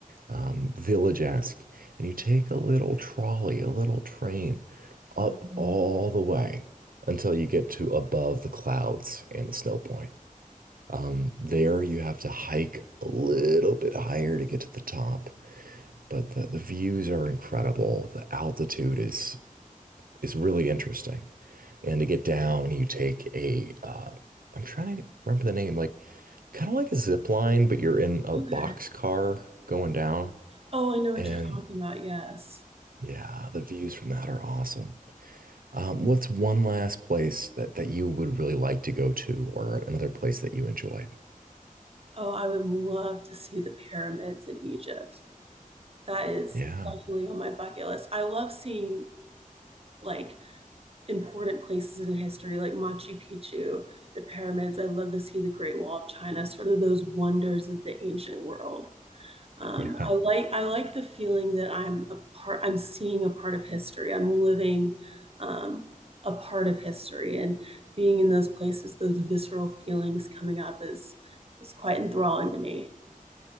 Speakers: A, on the right (about 80°); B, on the right (about 45°).
A: um, village-esque, and you take a little trolley, a little train
B: Mhm.
A: up all the way until you get to above the clouds and the snow point. Um, there you have to hike a little bit higher to get to the top, but the, the views are incredible. The altitude is is really interesting. And to get down, you take a uh, I'm trying to remember the name, like kind of like a zip line, but you're in a
B: Okay.
A: box car going down.
B: Oh, I know what
A: And
B: you're talking about. Yes.
A: yeah, the views from that are awesome. Um, what's one last place that that you would really like to go to, or another place that you enjoyed?
B: Oh, I would love to see the pyramids in Egypt. That is
A: Yeah,
B: definitely on my bucket list. I love seeing like important places in history, like Machu Picchu, the pyramids. I love to see the Great Wall of China, sort of those wonders of the ancient world. Um,
A: yeah,
B: I like I like the feeling that I'm a part. I'm seeing a part of history. I'm living um, a part of history, and being in those places, those visceral feelings coming up is is quite enthralling to me.